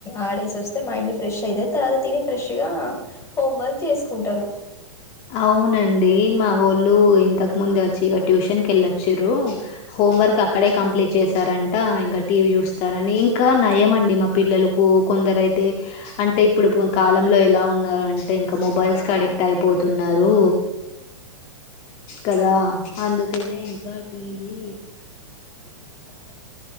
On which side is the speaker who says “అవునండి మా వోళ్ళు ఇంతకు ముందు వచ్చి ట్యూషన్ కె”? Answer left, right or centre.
Left